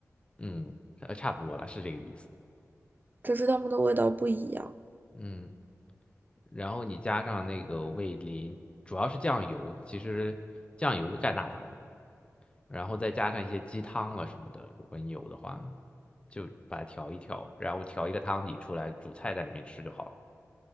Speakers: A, on the left; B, on the right.
A: 嗯，呃，差不多了，是这个意思，
B: 只是它们的味道不一样。
A: 嗯。然后你加上那个味淋，主要是酱油，其实酱油占大头。然后再加上一些鸡汤啊什么的，如果你有的话，就把它调一调，然后调一个汤底出来，煮菜在里面吃就好了。